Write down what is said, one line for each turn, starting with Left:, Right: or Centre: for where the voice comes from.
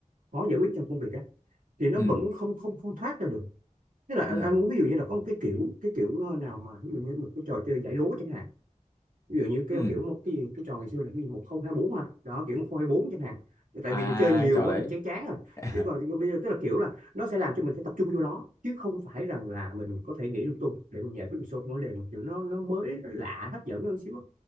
Right: khó giải quyết trong công việc á thì nó
Left: ừ
Right: vẫn không không không thoát ra được Thế là anh,
Left: ừ
Right: anh muốn ví dụ như là có một cái kiểu cái kiểu ờ, nào mà ví dụ như một cái trò chơi giải đố chẳng hạn ví dụ như cái
Left: ừ
Right: kiểu một cái gì- cái trò ngày xưa là cái gì một không hai bốn ha đó kiểu một không hai bốn chẳng hạn Thì tại
Left: à
Right: vì mình chơi nhiều
Left: cái trò
Right: quá
Left: đấy
Right: mình chán chán rồi
Left: <laughs>
Right: chứ còn thì bây giờ tức là kiểu là nó sẽ làm cho mình phải tập trung vô nó chứ không phải rằng là mình có thể nghĩ lung tung để mình giải quyết một số vấn đề mà kiểu nó nó mới nó lạ hấp dẫn hơn xíu á.